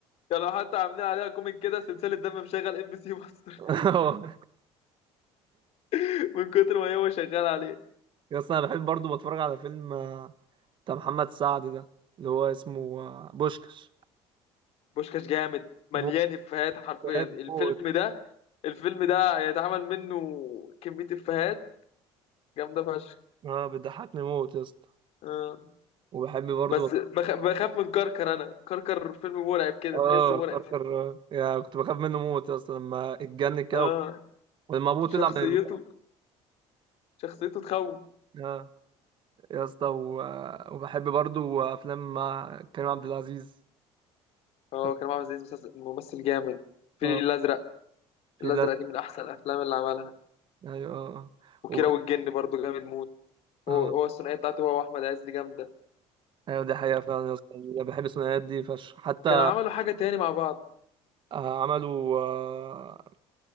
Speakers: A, on the left; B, on the right.
A: كانوا حتى عاملين عليها كوميك كده سلسلة دم مشغل ام بي سي مصر
B: <laughs>
A: <laughs> من كتر ما هو شغال عليه
B: يا اسطى انا بحب برضو بتفرج على فيلم بتاع محمد سعد ده اللي هو اسمه آه، بوشكش
A: بوشكاش جامد مليان
B: موت
A: افيهات حرفيا
B: بجد
A: الفيلم
B: موت
A: ده الفيلم ده هيتعمل منه كمية افيهات جامدة فشخ
B: اه بيضحكني موت يا اسطى
A: آه.
B: وبحب برضه
A: بس بخ... بخاف من كركر انا كركر فيلم مرعب كده
B: اه
A: تحسه مرعب
B: كركر آه. يعني كنت بخاف منه موت يا اسطى لما اتجنن كده
A: اه
B: و- ولما ابوه طلع
A: شخصيته
B: من ال...
A: شخصيته تخوف
B: اه يا اسطى و... آه، وبحب برضه افلام مع كريم عبد العزيز
A: اه
B: طب-
A: كريم عبد العزيز مسلسل- ممثل جامد
B: اه
A: الفيل الازرق
B: في
A: الازرق
B: لازم
A: دي من احسن الافلام اللي عملها
B: ايوه اه آه.
A: وكيرة
B: وبح...
A: والجن برضو جامد موت هو
B: اه
A: هو الثنائيه بتاعته هو واحمد عز دي جامده
B: ايوه دي حقيقة فعلا يا اسطى بحب الثنائيات دي فشخ حتى
A: كانوا عملوا حاجه تاني مع بعض
B: آه، عملوا آه،